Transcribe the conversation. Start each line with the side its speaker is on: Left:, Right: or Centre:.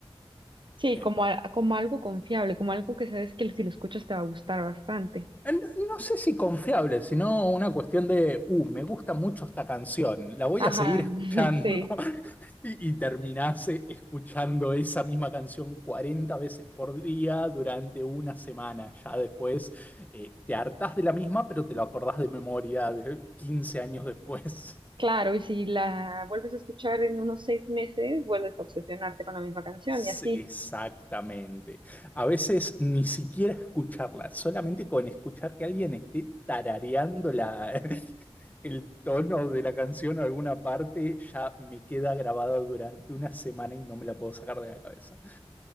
Right: Sí,
Left: eh,
Right: como, a- como algo confiable, como algo que sabes que si lo escuchas te va a gustar bastante.
Left: No, no sé si confiable, sino una cuestión de, uh, me gusta mucho esta canción, la voy
Right: Ajá,
Left: a seguir escuchando.
Right: <laughs> sí,
Left: <laughs> Y, y terminás eh, escuchando esa misma canción 40 veces por día durante una semana. Ya después eh, te hartás de la misma, pero te lo acordás de memoria de 15 años después.
Right: claro, y si la vuelves a escuchar en unos seis meses, vuelves a obsesionarte con la misma canción
Left: Sí,
Right: y así.
Left: exactamente. A veces ni siquiera escucharla, solamente con escuchar que alguien esté tarareando la, <laughs> el tono de la canción o alguna parte, ya me queda grabado durante una semana y no me la puedo sacar de la cabeza.